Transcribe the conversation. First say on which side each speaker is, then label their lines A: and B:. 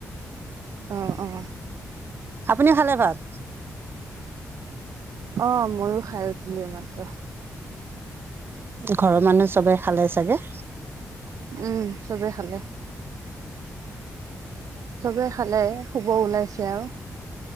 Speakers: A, on the right; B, on the right.
A: আহ আহ।
B: আপুনি খালে ভাত?
A: অ' ময়ো খাই উঠিলো এই মাত্ৰ।
B: ঘৰৰ মানুহ চবে খালেই চাগে?
A: উম' চবে খালে চাবেই খালে শুব ওলাইছে আৰু।